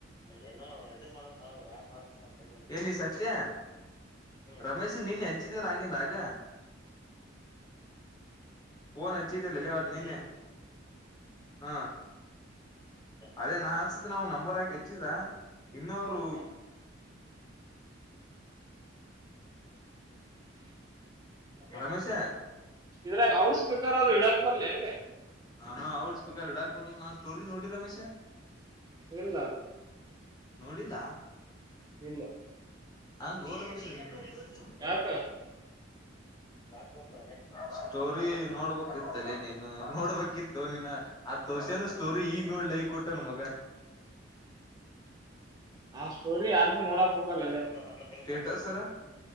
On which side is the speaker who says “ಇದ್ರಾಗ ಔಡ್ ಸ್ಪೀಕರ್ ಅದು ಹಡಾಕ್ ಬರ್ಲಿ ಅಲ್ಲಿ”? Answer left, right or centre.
Right